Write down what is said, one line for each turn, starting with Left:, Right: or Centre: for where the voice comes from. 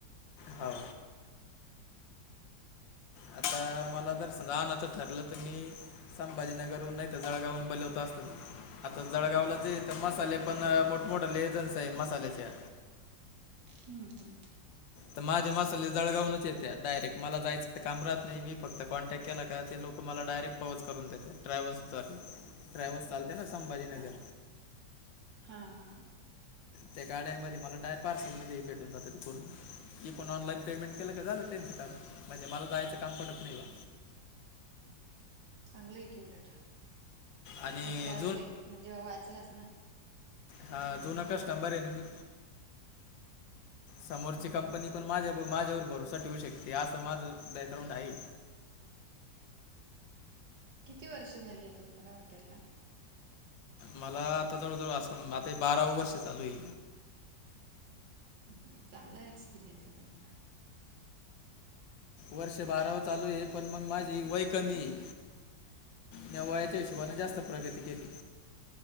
Left: हाव आता मला जर पण राहनाचं ठरलं तर मी संभाजीनगरुन नाही तर जळगावून बलवतं आता जळगावला ते तर मसाले पण मोठमोठे लेजन्सी आहे मसाल्याच्या.
Right: हम्म हम्म.
Left: तर माझ्या मसाले जळगावूनच येते डायरेक मला जायचं काम राहत नाही मी फक्त कॉन्टॅक्ट केला का ते लोकं मला डायरेक पोहच करून देते ट्रॅव्हल्सद्वारे ट्रॅव्हल्स चालते ना संभाजीनगर.
Right: हा, हा हा.
Left: त्या गाड्यामध्ये मला डाय पार्सल मध्ये भेटून जात ते पूर्ण. इकून पण ऑनलाईन पेमेंट केलं का झालं त्यांचं काम म्हणजे मला जायचं काम पडत नाही ना.
Right: चांगलंय की उलट
Left: आणि
Right: तो त्रास एक म्हणजे वाचलाच ना.
Left: हा जुना कस्टंबर आहे ना मी समोरची
Right: हो
Left: कंपनी.
Right: ना
Left: पण, माझ्या माझ्यावर भरोसा ठेवू शकते असं माझं बॅकग्राऊंड आहे.
Right: किती वर्ष झाली आता तुम्हाला हॉटेल ला?
Left: मला आता जवळ, जवळ असं आता बारा वर्ष चालू आहे.
Right: ह चांगला एक्सपिरियन्स आहे तुमचा.
Left: वर्ष बाराव चालू आहे पण मग माझी वय कमी आहे. म्या वयाच्या हिशोबाने जास्त प्रगती केली.